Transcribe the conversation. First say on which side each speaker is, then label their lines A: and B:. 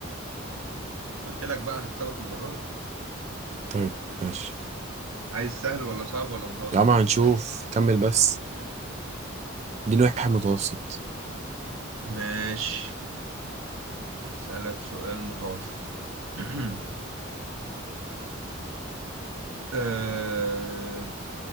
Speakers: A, on the right; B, on the right.
A: قلت لك بقى هكسبك المرة دي
B: طيب ماشي
A: عايز سهل ولا صعب ولا متوسط
B: يا عم هنشوف كمل بس دي واحد متوسط
A: ماشي أسألك سؤال متوسط <clears throat> آه...